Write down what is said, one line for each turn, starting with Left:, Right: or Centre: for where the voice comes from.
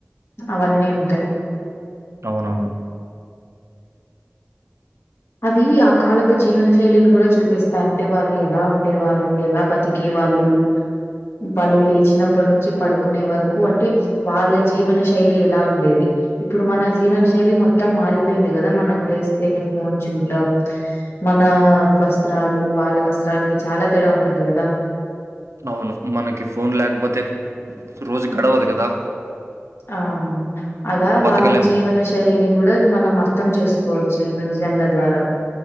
Left: అవన్నీ ఉంటయి
Right: అవునవును
Left: అవి ఆ కాలపు జీవన శైలిని కూడా చూపిస్తా అంటే వారు ఎలా ఉండేవారు ఎలా బతికే వాళ్ళు వాళ్ళు లేచినప్పటి నుంచి పడుకునే వరకు అంటే వాళ్ళ జీవన శైలి ఎలా ఉండేది ఇప్పుడు మన జీవనశైలి మొత్తం మారిపోయింది గదా మనం లేస్తేనే ఫోన్ చూడ్డం మన వస్త్రాలు వాళ్ళ వస్త్రాలకి చాలా తేడా ఉంటుంది కదా
Right: అవును మనకి ఫోన్ లేకపోతే రోజు గడవదు కదా
Left: ఆ అలా
Right: బతకలేము.
Left: వాళ్ళ జీవన శైలిని కూడా మనం అర్ మం చేసుకోవచ్చు ఈ మ్యూజియంల ద్వారా